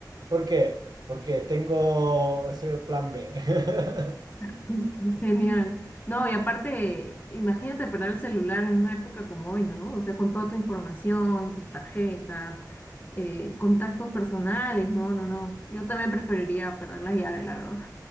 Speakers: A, on the right; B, on the left.
A: ¿Por qué? Porque tengo ese plan B. <laughs>
B: <laughs> Genial. No, y aparte, imagínate perder el celular en una época como hoy, ¿no? O sea, con toda tu información, tus tarjetas, eh, contactos personales, no, no, no. Yo también preferiría perder las llaves, la verdad.